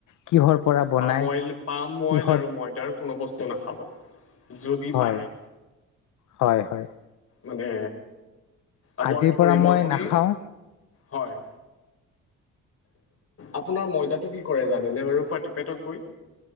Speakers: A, on the left; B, on the left.
A: কিহৰ। পৰা বনাই
B: পাম অইল পাম
A: কিহত
B: অইল আৰু ময়দাৰ কোনো বস্তু নাখাব। যদি
A: হয়
B: পাৰে।
A: হয় হয়।
B: মানে। এভইড
A: আজিৰ
B: কৰিব
A: পৰা মই
B: আপুনি
A: নাখাও
B: হয়। আপোনাৰ ময়দাটো কি কৰে জানেনে বাৰু পেটত গৈ।